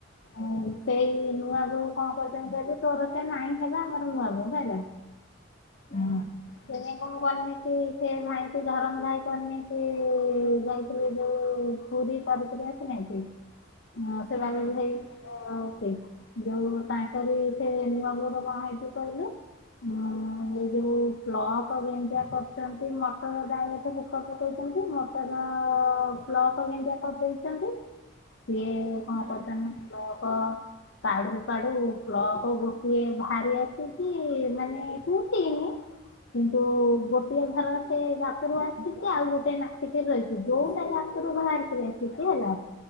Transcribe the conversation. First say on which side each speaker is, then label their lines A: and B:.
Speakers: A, on the left (about 65°); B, on the left (about 35°).
A: ଉଁ ସେଇ ନୂଆ ବୋଉ କଣ କରିଛନ୍ତି କହିଲୁ ତୋର ସେ ମାଇଁ ହେବେ ଆମର ନୂଆ ବୋଉ ହେଲା।
B: ହୁଁ
A: ହଁ ସେ <unintelligible> କରିନି କି ସେ ଭାଇ କୁ ଧରମ ଭାଇ କରିନି କି ଯାଇଥିଲେ ଯୋଉ ପୁରୀ କରିକିରି ଆସି ନାହାନ୍ତି କି ହଁ ସେ
B: ହୁଁ
A: ବାବାଜୀ ଇାଇ ଆଉ ସେଇ ଯୋଉ ତାଙ୍କରି ସେ ନୂଆ ବୋହୁର କଣ ହେଇଚି କହିଲୁ ଅଁ ଏ ଯୋଉ ପ୍ଲକ ଯେମିତିଆ କରିଛନ୍ତି ମଟର ଡାଇରେକଟ୍ ଉପରକୁ ଦେଇଛନ୍ତି ମଟର ପ୍ଲକ ଯେମିତିଆ କରି ଦେଇଛନ୍ତି। ସେଇ କଣ
B: ହୁଁ
A: କରୁଛନ୍ତି ପ୍ଲକ୍ କାଢୁ କାଢୁ ପ୍ଲକ ଗୋଟିଏ ବାହାରି ଆସିକି ମାନେ ଟୁଟିନି କିନ୍ତୁ ଗୋଟିଏ ଘର ସେ ଗାତରୁ ଆସିଛିି ଆଉ ଗୋଟେ ନାଚିକିରି ରହିଛି ଯୋଉଟା ଗାତରୁ ବାହାରିକିରି ଆସି ଠିକ ହେଲା?